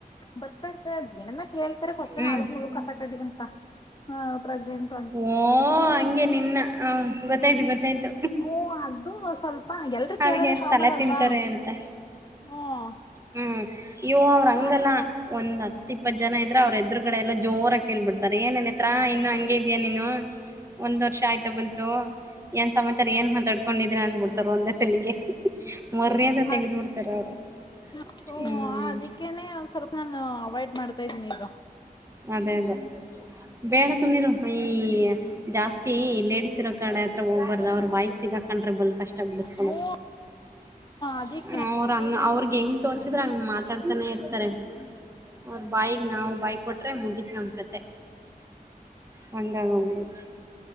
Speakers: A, on the left; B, on the right.
A: ಬರ್ತಾ ಇರ್ತಾರೆ ಹ ಕಶನ್
B: ಹ್ಮ್
A: ಅಳು ಮುಳು ಕಸ ಕಡೆಗಿಂತ ಪ್ರಗ್ನೆಂಟ್
B: ಓ ಹಂಗೆ ನಿನ್ನ ಹ ಗೊತ್ತಾಯ್ತು ಗೊತ್ತಾಯ್ತು
A: ಹೂ ಅದು ಸ್ವಲ್ಪ ಎಲ್ರೂ ಕೇಳೋದೆ
B: ಅವಗೇನ್
A: ಕಾಮನ್
B: ತಲೆ
A: ಅಲ್ವಾ
B: ತಿಂತಾರೆ ಅಂತ
A: ಹ್ಮ್
B: ಹೂ ಆಯಾ ಅವ್ರ ಹಂಗಲ್ಲ
A: ಆತ್
B: ಒಂದ್ತ್ ಇಪ್ಪತ್ ಜನ ಇದ್ರೆ ಅವ್ರ ಎದ್ರುಗಡೆ ಎಲ್ಲ ಜೋರ ಕೇಳ್ಬಡ್ತ ಏನೇ ನೇತ್ರ ಇನ್ನು ಹಂಗೆ ಇದ್ದೀಯ ನೀನು <inaudible> ಒಂದ್ ವರ್ಷ ಆಯ್ತು ಬಂತು ಏನ್ ಸಮ <unintelligible> ಕೊಂಡಿದ್ರೆ ಅಂದ್ಬಿಡ್ತಾರ ಒಂದೆ ಸಲಿಗೆ ಮರ್ಯಾದೆ
A: ಹಾ
B: ತೆಗೆದ್ಬಿಡ್ತಾರ ಅವರು
A: <inaudible>
B: ಹ್ಮ್
A: ಅದಕ್ಕೇನೆ ಒಂದು ಸ್ವಲ್ಪ ನಾನು ಅವಾಯ್ಡ್ ಮಾಡ್ತಾ ಇದ್ದೀನಿ ಈಗ
B: ಅದೇ ಅದೇ ಬೇಡ ಸುಮ್ಮಿರು ಈ ಜಾಸ್ತಿ ಲೇಡಿಸ್ ಇರೋ ಕಡೆ ಹತ್ರ ಹೋಗ್ಬಾರ್ದ ಅವರು ಬಾಯಿಗೆ ಸಿಗಕಂಡ್ರೆ ಬಲ್ ಕಷ್ಟ <unintelligible>
A: ಹ್ಮ ಅದಕ್ಕೆ
B: ಅವ್ರಂಗ ಅವ್ರಗ್ ಹೆಂಗ್ ತೋ ತೊಚ್ಚಿದ್ರ ಹಂಗ ಮಾತಾಡ್ತಾನೆ ಇರ್ತಾರೆ ಅವ್ರ ಬಾಯಿಗೆ ನಾವು ಬಾಯಿ ಕೊಟ್ರೆ ಮುಗೀತ್ ನಮ್ ಕತೆ ಹಂಗಂಗೋಗ್ಬಿಡತ್